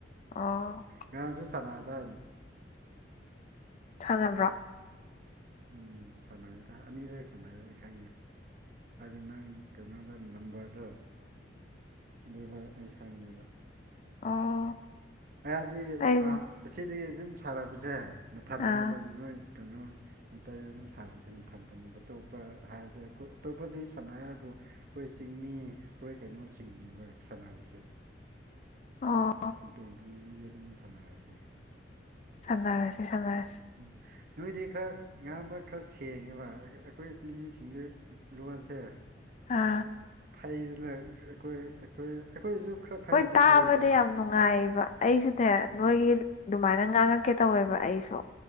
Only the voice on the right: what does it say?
ꯉꯁꯨ ꯁꯅꯥꯗ
ꯎꯝ ꯁꯥꯟꯅꯩꯗ ꯑꯅꯤꯗ ꯁꯥꯟꯅꯔ ꯈꯪꯉꯦ ꯑ ꯅꯪ ꯀꯩꯅꯣꯗ ꯅꯝꯕꯝꯕꯔꯗ ꯑꯗꯨꯗꯗ ꯑꯩꯈꯥꯉꯗ
ꯑꯩꯍꯗꯤ
ꯑꯁꯤꯗꯒꯤ ꯑꯗꯨꯝ ꯁꯥꯔꯛꯄꯁꯦ ꯅꯅꯥꯊꯟꯗꯅꯦꯕ
ꯅꯣꯏ ꯀꯩꯅꯣ ꯃꯩꯇꯩ ꯑꯗꯨꯝ ꯁꯥꯕꯁ ꯃꯊꯟꯇꯅꯦꯕ ꯑꯇꯣꯞꯄ ꯍꯥꯏꯔꯗꯤ ꯑꯇꯣꯞꯄꯗꯤ ꯁꯥꯟꯅ ꯍꯥꯏꯕꯨ ꯑꯩꯈꯣꯏ ꯆꯤꯡꯃꯤ ꯑꯩꯈꯣꯏ ꯀꯩꯅꯣ ꯆꯤꯡꯅꯤꯕ ꯁꯥꯟꯅꯔꯤꯁꯦ
ꯇꯣꯡꯗꯨꯅ ꯑꯩꯁꯦ ꯑꯗꯨꯝ ꯁꯥꯟꯅꯔꯁꯤ
ꯎꯝ ꯅꯣꯏꯗꯤ ꯈꯔ ꯉꯕ ꯈꯔ ꯁꯦꯡꯉꯦꯕ ꯑꯩꯈꯣꯏ ꯏꯆꯤꯟ ꯃꯤꯁꯤꯡꯗ ꯂꯣꯟꯁꯦ
ꯐꯩꯗꯅ ꯑꯩꯈꯣꯏꯣꯏ ꯑꯩꯈꯣꯏꯁꯨ ꯈꯔ ꯐꯩꯕꯨꯗꯤ
ꯐꯩꯗ